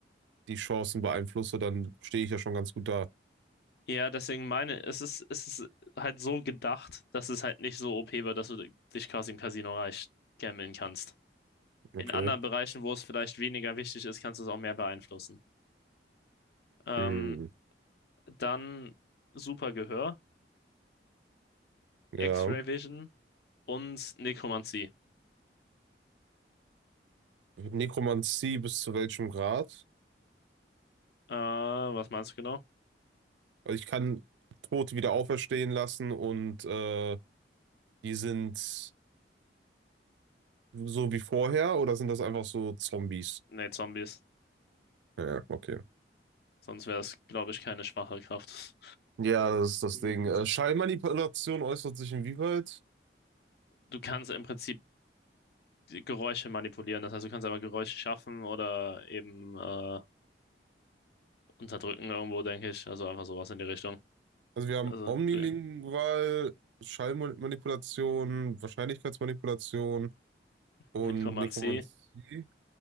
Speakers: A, on the right; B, on the left.
A: die Chancen beeinflusse, dann stehe ich ja schon ganz gut da.
B: ja, deswegen meine, es ist, es ist halt so gedacht, dass es halt nicht so OP wird, dass du dich quasi im Casino reich gambeln kannst.
A: Okay.
B: In anderen Bereichen, wo es vielleicht weniger wichtig ist, kannst du es auch mehr beeinflussen. Ähm,
A: Hm,
B: dann super Gehör.
A: ja.
B: X-Ray Vision und Nekromantie.
A: Nekromantie bis zu welchem Grad?
B: Äh, was meinst du genau?
A: Also ich kann Tote wieder auferstehen lassen und äh, die sind so wie vorher oder sind das einfach so Zombies?
B: Nee, Zombies.
A: Ja, okay.
B: Sonst wäre es, glaube ich, keine schwache Kraft.
A: Ja, das ist das
B: Mhm.
A: Ding. Äh, Schallmanipulation äußert sich inwieweit?
B: Du kannst im Prinzip die Geräusche manipulieren. Das heißt, du kannst aber Geräusche schaffen oder eben äh, unterdrücken irgendwo, denke ich. Also einfach sowas in die Richtung.
A: Also wir haben
B: Also
A: omnilingual,
B: du-
A: Schallmanipulation, Wahrscheinlichkeitsmanipulation und
B: Nekromantie,
A: Nekromantie.